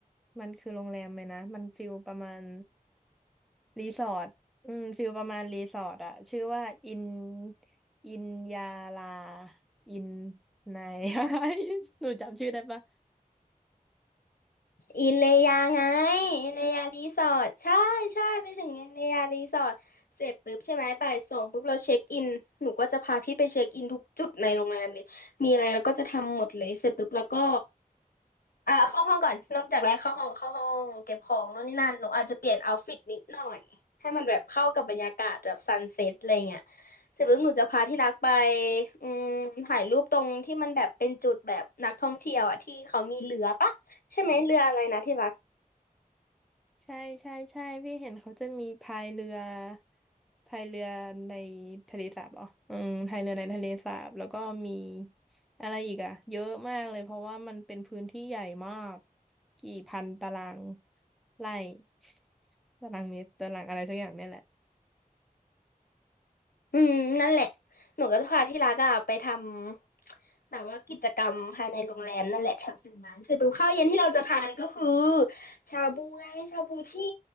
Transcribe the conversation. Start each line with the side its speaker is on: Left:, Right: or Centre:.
Centre: มันคือโรงแรมไหมนะมันฟิลประมาณรีสอร์ทอืมฟิลประมาณรีสอร์ทอะชื่อว่าอินอินยาลาอินนาย <laughs> หนูจำชื่อได้ปะ
Left: อินเลยาไงอินเลยารีสอร์ทใช่ใช่ไปถึงอินเลยารีสอร์ทเสร็จปุ๊บใช่ไหมบ่ายสองปุ๊บเราเช็คอินหนูก็จะพาพี่ไปเช็คอินทุกจุดในโรงแรมเลยมีอะไรเราก็จะทำหมดเลยเสร็จปุ๊บแล้วก็อ่าเข้าห้องก่อนเริ่มจากแรกเข้าห้องเข้าห้องเก็บของโน่นนี่นั่นหนูอาจจะเปลี่ยนเอาท์ฟิตนิดหน่อยให้มันแบบเข้ากับบรรยากาศแบบซันเซ็ตอะไรเงี้ยเสร็จปุ๊บหนูจะพาที่รักไปอืมถ่ายรูปตรงที่มันแบบเป็นจุดแบบนักท่องเที่ยวอ่ะที่เขามีเรือปะใช่ไหมเรืออะไรนะที่รัก
Centre: ใช่ใช่ใช่พี่เห็นเขาจะมีพายเรือพายเรือในทะเลสาบเหรออืมพายเรือในทะเลสาบแล้วก็มีอะไรอีกอะเยอะมากเลยเพราะว่ามันเป็นพื้นที่ใหญ่มากกี่พันตารางไร่ <laughs> ตารางเมตรตารางอะไรสักอย่างเนี่ยแหละ
Left: อืมนั่นแหละหนูก็จะพาที่รักอะไปทำแบบว่ากิจกรรมภายในโรงแรมนั่นแหละแถวตรงนั้นเสร็จปุ๊บข้าวเย็นที่เราจะทานก็คือชาบูไงชาบูที่